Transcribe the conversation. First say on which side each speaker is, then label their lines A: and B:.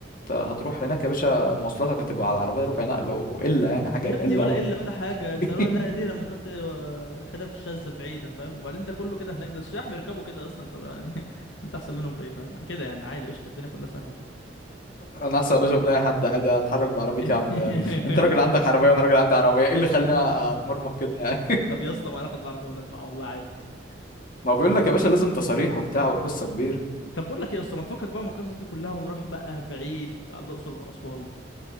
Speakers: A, on the left (about 50°); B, on the left (about 80°).
A: هتروح هناك يا باشا مواصلاتك هتبقى على العربية ربع نقل وإلا يعني حاجة
B: يا ابني
A: إلا
B: ولا
A: أوي
B: قله ولا حاجه انت
A: <laughs>
B: ربع النقله دي لما تروح ت- آه، الحتت الشاذه البعيده فاهم وبعدين ده كله كده هناك ده السياح بيركبوا كده اصلا طب يعني <laughs> انت احسن منهم في ايه فاهم كده يعني عادي قشطه الدنيا كلها سهله
A: أنا أحسن يا باشا من أي حد عادي أتحرك بعربيتي
B: <laughs>
A: يا عم أنت راجل عندك عربية وأنا راجل عندي عربية إيه اللي خلاني أتمرمط كده يعني
B: طب يا اسطى ما ناخد العربيه ونطلع والله عادي
A: <laughs> ما هو بيقول لك يا باشا لازم تصاريح وبتاع وقصة كبيرة
B: طب بقول لك ايه يا اسطى ما تفكك بقى من القصص دي كلها ونروح بقى بعيد على الاقصر والاسوان